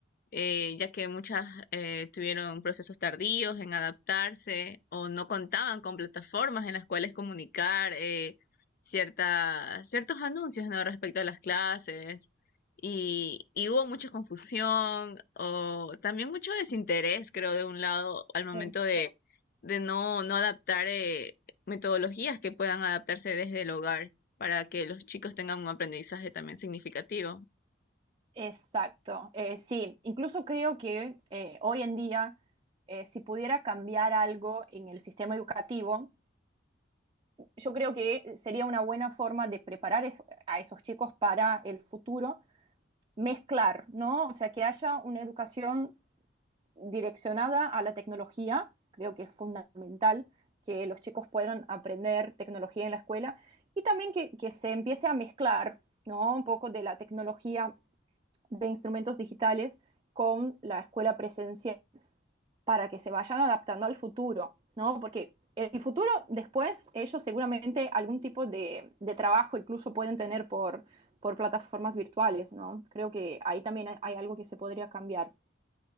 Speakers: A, on the left; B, on the right.
A: eh, ya que muchas eh, tuvieron procesos tardíos en adaptarse o no contaban con plataformas en las cuales comunicar eh, cierta- ciertos anuncios ¿no? respecto a las clases. Y, y hubo mucha confusión o también mucho desinterés, creo, de un lado al momento
B: Sí.
A: de, de no, no adaptar eh, metodologías que puedan adaptarse desde el hogar para que los chicos tengan un aprendizaje también significativo.
B: Exacto, eh, sí, incluso creo que eh, hoy en día, eh, si pudiera cambiar algo en el sistema educativo, yo creo que sería una buena forma de preparar es- a esos chicos para el futuro, mezclar, ¿no? O sea, que haya una educación direccionada a la tecnología, creo que es fundamental que los chicos puedan aprender tecnología en la escuela y también que, que se empiece a mezclar, ¿no? Un poco de la tecnología de instrumentos digitales con la escuela presencial para que se vayan adaptando al futuro, ¿no? Porque en el futuro, después, ellos seguramente algún tipo de, de trabajo incluso pueden tener por, por plataformas virtuales, ¿no? Creo que ahí también hay algo que se podría cambiar.